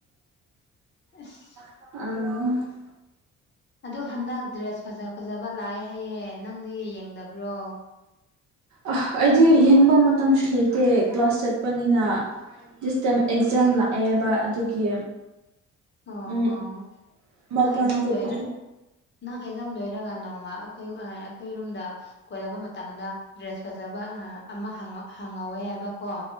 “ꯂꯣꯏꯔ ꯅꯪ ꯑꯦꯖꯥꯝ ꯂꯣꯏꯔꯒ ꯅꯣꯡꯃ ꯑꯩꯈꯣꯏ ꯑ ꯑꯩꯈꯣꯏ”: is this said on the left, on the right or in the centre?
Left